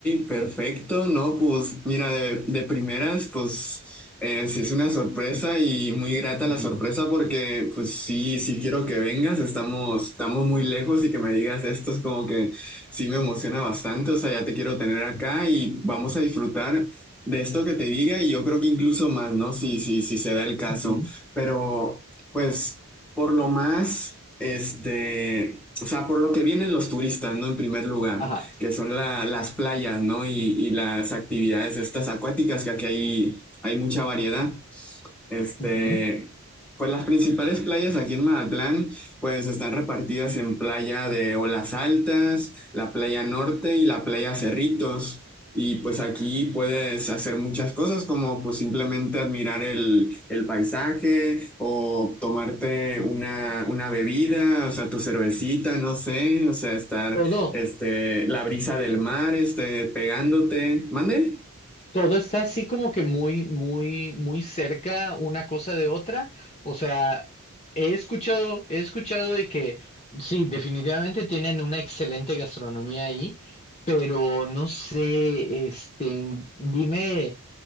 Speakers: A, in the centre; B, on the left (about 30°).
A: perfecto, no, pues mira, de, de primeras, pues eh, sí es una sorpresa y muy grata
B: Ujú,
A: la sorpresa porque pues sí, sí quiero que vengas, estamos, estamos muy lejos y que me digas esto es como que sí me emociona bastante, o sea, ya te quiero tener acá y vamos a disfrutar de esto que te diga y yo creo que incluso más, ¿no? Sí, sí, sí se da el caso,
B: ujú,
A: pero pues por lo más, este, o sea, por lo que vienen los turistas, ¿no? En primer lugar
B: Ajá.
A: que son la- las playas, ¿no? Y, y las actividades estas acuáticas, que aquí hay, hay mucha variedad. Este,
B: ujú.
A: pues las principales playas aquí en Mazatlán, pues están repartidas en playa de Olas Altas, la playa Norte y la playa Cerritos. Y pues aquí puedes hacer muchas cosas como pues simplemente admirar el, el paisaje o tomarte una, una bebida, o sea, tu cervecita, no sé, o sea, estar,
B: Todo.
A: este, la brisa del mar, este, pegándote. ¿Mande?
B: Todo está así como que muy, muy, muy cerca una cosa de otra. O sea, he escuchado, he escuchado de que sí, definitivamente tienen una excelente gastronomía ahí, pero no sé, este, dime